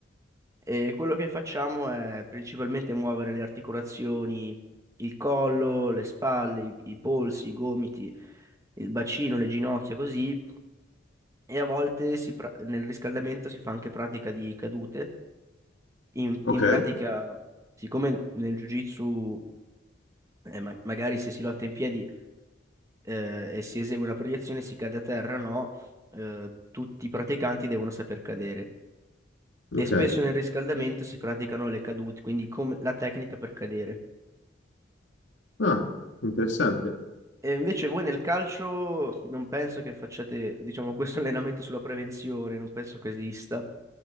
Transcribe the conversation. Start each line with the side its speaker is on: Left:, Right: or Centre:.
Right: e quello che facciamo è principalmente muovere le articolazioni, il collo, le spalle, i, i polsi, i gomiti, il bacino, le ginocchia, così, e a volte si pra- nel riscaldamento si fa anche pratica di cadute In,
Left: Ok,
Right: in pratica, siccome nel Jiu-Jitsu, eh, ma- magari se si lotta in piedi eh, e si esegue una proiezione, si cade a terra, no, eh, tutti i praticanti devono saper cadere.
Left: ok.
Right: E spesso nel riscaldamento si praticano le cadute, quindi come la tecnica per cadere.
Left: Ah, interessante.
Right: E invece voi nel calcio non penso che facciate, diciamo, <laughs> questo allenamento sulla prevenzione, non penso che esista.